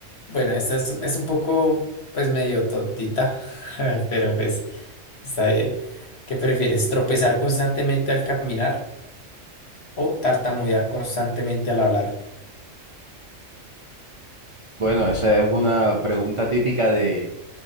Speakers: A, on the left (about 55°); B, on the right (about 35°).
A: bueno, esta es, es un poco, pues medio tontita, <laughs> pero pues está bien. ¿Qué prefieres? ¿Tropezar constantemente al caminar o tartamudear constantemente al hablar?
B: Bueno, esa es una pregunta típica de